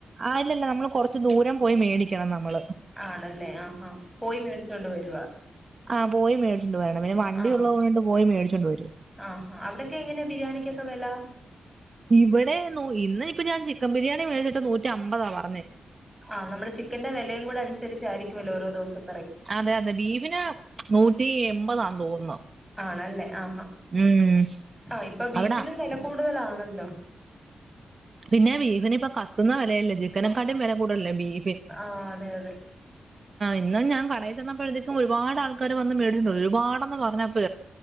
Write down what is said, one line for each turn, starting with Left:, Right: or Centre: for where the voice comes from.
Right: ആ ഇല്ലല്ല നമ്മൾ കൊറച്ച് ദൂരം പോയി മേടിക്കണം നമ്മള്
Centre: ആണല്ലേ ആ ഹാ പോയി മേടിച്ചൊണ്ട് വരുവാ
Right: ആഹ് പോയി മേടിച്ചുകൊണ്ട് വരണം പിന്നെ വണ്ടി
Centre: ആഹ്
Right: ഉള്ളതുക കൊണ്ട് പോയി മേടിച്ചോണ്ട് വരും
Centre: ആഹ് അവിടൊക്കെ എങ്ങനെയാ ബിരിയാണിക്കൊക്കെ വില
Right: ഇവിടെ ഇന്ന് ഇപ്പൊ ഞാൻ ചിക്കൻ ബിരിയാണി മേടിച്ചിട്ട് നൂറ്റി അമ്പതാവാ
Centre: ആഹ് നമ്മളെ ചിക്കന്റെ വിലയും കൂടെ അനുസരിച്ചായിരിക്കുമല്ലോ ഓരോ ദിവസം
Right: അതെ അതെ ബീഫിന് നൂറ്റി എമ്പതന്ന് തോന്നുന്നു
Centre: ആണല്ലേ ആ
Right: ഉം
Centre: ആ ഇപ്പം ബീഫ്
Right: അവിടാ
Centre: ന് വെല കു കൂടുതലാണല്ലോ
Right: പിന്നെ ബീഫിന ഇപ്പൊ കത്തുന്ന വിലയല്ലേ ചിക്കനക്കാടും വില കൂടതല്ലേ ബീഫ്
Centre: ആഹ് അതെ അതെ
Right: ഇന്ന് ഞാൻ കടയിൽ ചെന്നപ്പോഴത്തേക്കും ഒരുപാട് ആൾക്കാർ വന്ന് മേടിച്ചട്ടുണ്ട് ഒരുപാടന്ന് പറഞ്ഞപ്പ